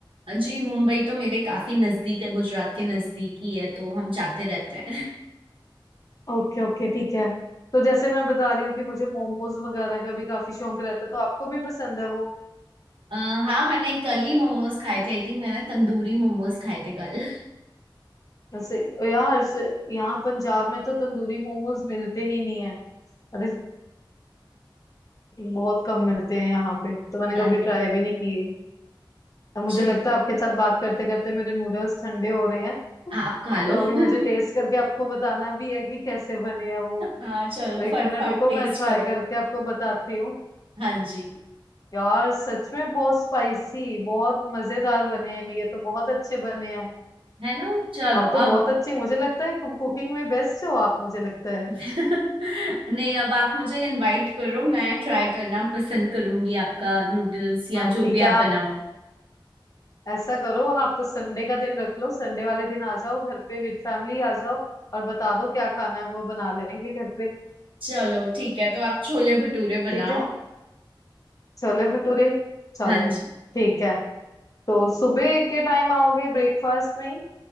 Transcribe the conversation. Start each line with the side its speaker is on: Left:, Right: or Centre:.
Right: जी मुंबई तो मेरे काफी नजदीक है गुजरात के नजदीक ही है तो हम जाते रहते हैं
Left: ओके ओके ठीक है तो जैसे मैं बता रही हूँ कि मुझे मोमोज वगैरह का भी काफी शौक रहता है तो आपको भी पसंद है वो
Right: <laughs> अ, हाँ मैंने कल ही मोमोज खाए थे आई थिंक मैंने तंदूरी मोमोज खाए थे कल
Left: वैसे यार से- यहाँ पंजाब में तो तंदूरी मोमोज मिलते ही नहीं है अरे बहुत कम मिलते हैं यहाँ पे
Right: <laughs>
Left: तो मैंने कभी
Right: अरे
Left: ट्राई भी नहीं किए अब मुझे
Right: चल
Left: लगता है आपके साथ बात करते करते मेरे नूडल्स ठंडे हो रहे हैं
Right: आप खा लो
Left: तो अभी मुझे टेस्ट
Right: <laughs>
Left: करके आपको बताना भी है कि कैसे बने हैं वो
Right: हाँ चलो
Left: तो एक
Right: फटफट
Left: मिनट रुको
Right: टेस्ट
Left: मैं ट्राई
Right: करो
Left: करके आपको बताती हूँ
Right: हाँ जी
Left: यार सच में बहुत स्पाइसी बहुत मजेदार बने हैं ये तो बहुत अच्छे बने हैं
Right: है ना चलो
Left: आप तो बहुत
Right: अब
Left: अच्छे मुझे लगता है कुकिंग में बेस्ट हो आप मुझे लगता है
Right: <laughs> नहीं अब आप मुझे इनवाइट करो मैं ट्राई करना पसंद करूंगी आपका नूडल्स या
Left: हाँ
Right: जो
Left: ठीक
Right: भी
Left: है
Right: आप
Left: आप
Right: बनाओ
Left: ऐसा करो आप संडे का दिन रख लो संडे वाले दिन आ जाओ घर पे विद फैमिली आ जाओ और बता दो क्या खाना है वो बना लेंगे घर पे
Right: चलो ठीक है तो आप छोले भटूरे बनाओ
Left: ठीक है छोले भटूरे चलो
Right: हाँ जी
Left: ठीक है तो सुबह के टाइम आओगे ब्रेकफास्ट में ही